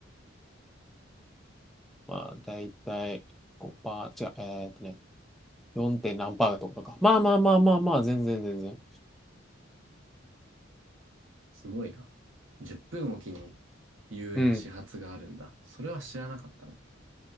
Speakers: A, in the centre; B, on the right.
A: まあ、だいたいごパー違う、えーっとね、4. 点何パーだとかか。まあまあまあまあまあ、全然全然。
B: すごいな。10分おきに遊園始発があるんだ。
A: うん。
B: それは知らなかったな。